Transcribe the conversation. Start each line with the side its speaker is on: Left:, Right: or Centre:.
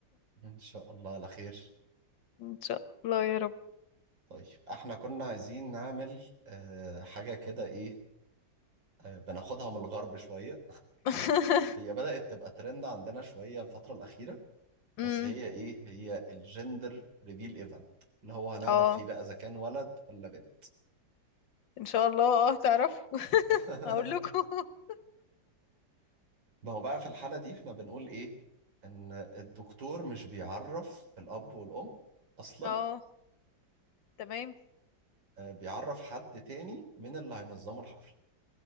Right: <laughs> إن شاء الله على خير
Left: ان شاء الله يا رب
Right: طيب احنا كنا عايزين نعمل آه، حاجة كده ايه آه، بناخدها من الغرب شوية
Left: <laughs>
Right: هي بدأت تبقى ترند عندنا شوية الفترة الأخيرة
Left: امم
Right: بس هي ايه؟ هي الجندر ريفيل ايفنت اللي هو هنعرف
Left: اه
Right: فيه بقى إذا كان ولد ولا بنت
Left: ان شاء الله اه تعرفوا
Right: <laughs>
Left: هقول لكم <laughs>
Right: ما هو بقى في الحالة دي احنا بنقول ايه؟ إن الدكتور مش بيعرف الأب والأم أصلا
Left: اه تمام
Right: وبيعرف حد تاني من اللي هينظموا الحفلة